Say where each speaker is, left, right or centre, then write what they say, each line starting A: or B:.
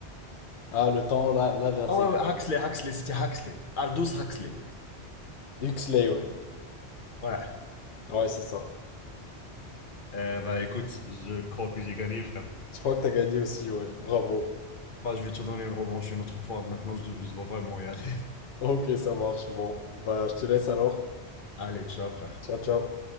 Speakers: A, on the left; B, on the left.
A: Ah, le temps, là, là, là,
B: Ah
A: c'est...
B: ouais, ouais, Huxley, Huxley, c'était Huxley. Aldous Huxley.
A: Huxley, ouais.
B: Ouais.
A: Ouais, c'est ça.
B: Euh, bah écoute, je crois que j'ai gagné, frère.
A: Je crois que t'as gagné aussi, ouais. Bravo.
B: Bah, je vais te donner une revanche une autre fois. Maintenant, je, je dois vraiment y aller.
A: Ok, ça marche. Bon. Bah, je te laisse alors.
B: <laughs> Allez, ciao, frère.
A: Ciao, ciao.